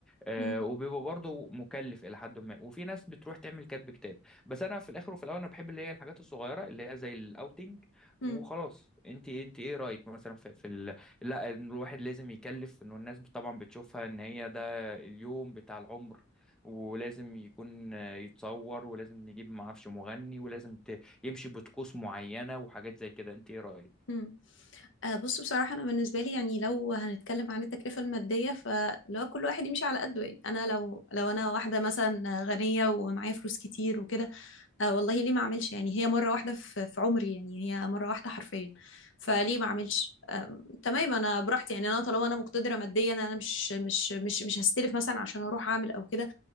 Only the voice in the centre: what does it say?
آه،
وبيبقى برضه مكلف الى حد ما وفي ناس بتروح تعمل كاتب كتاب بس انا في الاخر وفي الاول انا بحب اللي هي الحاجات الصغيره اللي هي زي الاوتنج
وخلاص انت انت ايه رايك مثلا في, في ال... لا إن الواحد لازم يكلف انه الناس طبعا بتشوفها ان هي ده اليوم بتاع العمر ولازم يكون آه، يتصور ولازم نجيب معرفش مغني ولازم ت... يمشي بطقوس معينه وحاجات زي كده انت ايه رايك